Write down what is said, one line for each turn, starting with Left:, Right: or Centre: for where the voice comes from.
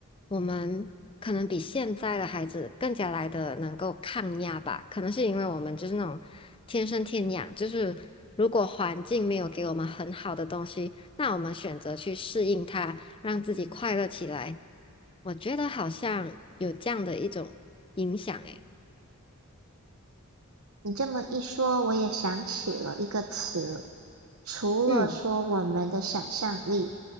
Left: 我们可能比现在的孩子更加来的能够抗压吧。可能是因为我们就是那种天生天养，就是如果环境没有给我们很好的东西，那我们选择去适应它，让自己快乐起来。我觉得好像有这样的一种影响，诶，
Right: 你这么一说，我也想起了一个词，除了说我们的想象力，
Left: 嗯。